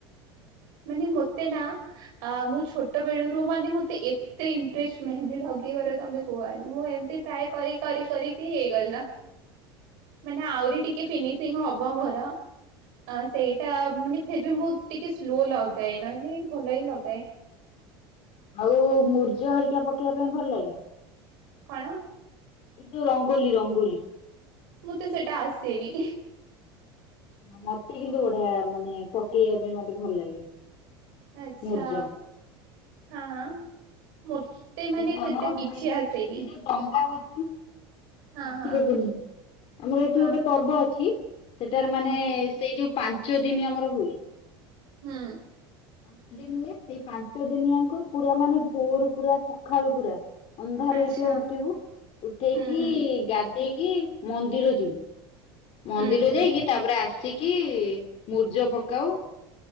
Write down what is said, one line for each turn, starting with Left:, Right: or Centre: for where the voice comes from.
Right: ମାନେ ମତେ ନା ଅ ମୁଁ ଛୋଟ ବେଳୁରୁ ମାନେ ମତେ ଏତେ ଇଣ୍ଟ୍ରେଷ୍ଟ ମେହେନ୍ଦୀ ଲଗେଇବାର ତମେ କୁହନି। ମୁଁ ଏମିତି ଟ୍ରାଏ କରି କରି କରିକି ହେଇଗଲା। ମାନେ ଆହୁରି ଟିକେ ଫିନିସିଂ ହବ ମୋର। ଅ ସେଇଟା ମାନେ ଫିର୍ ବି ମୁଁ ଟିକେ ସ୍ଲୋ ଲଗାଏ ନହେଲେ ଭଲ ହିଁ ଲଗାଏ।
Left: ଆଉ ମୂର୍ଜ ହରିକା ପକେଇବା ପାଇଁ ଭଲ ଲାଗେ।
Right: କଣ।
Left: ଏ ଯୋଉ ରଙ୍ଗୋଲି ରଙ୍ଗୋଲି।
Right: ମୋତେ ସେଟା ଆସେନି।
Left: ମତେ କିନ୍ତୁ ବଢିଆ ମାନେ ପକେଇବା ପାଇଁ ମତେ ଭଲ ଲାଗେ।
Right: ଆଚ୍ଛା।
Left: ମୂର୍ଜ
Right: ହଁ। ମତେ
Left: ଏଇ
Right: ମାନେ
Left: ଯୋଉ
Right: ସେଟା
Left: ଆମର ହୁଏ
Right: କିଛି
Left: ଏଇ
Right: ଆସେନି।
Left: ଯୋଉ ଡଙ୍ଗା ଭସା
Right: ହଁ
Left: କାର୍ତ୍ତିକ
Right: ହଁ
Left: ପୂର୍ଣ୍ଣିମା ଆମର ଏଇଠି
Right: ହଁ
Left: ଗୋଟେ ପର୍ବ ଅଛି। ସେଟାରେ ମାନେ
Right: ହୁଁ
Left: ସେଇ ଯୋଉ ପା ପାଞ୍ଚ ଦିନି ଆମର ହୁଏ।
Right: ହୁଁ।
Left: ପାଞ୍ଚ ଦିନ ହୁଏ ସେଇ ପାଞ୍ଚ ଦିନିଆଙ୍କ ପୁରା ମାନେ ଭୋରୁ ପୁରା ସଖାଳୁ ପୁରା। ଅନ୍ଧାର
Right: ଆଚ୍ଛା
Left: ହେଇଥିବ ଉଠିବୁ ଉଠେଇକି
Right: ହୁଁ ହୁଁ
Left: ଗା ଧେଇକି ମନ୍ଦିର ଯିବୁ। ମନ୍ଦିର
Right: ହୁଁ ହୁଁ
Left: ଯାଇକି ତାପରେ ଆସିକି ମୂର୍ଜ ପକ୍ କଉ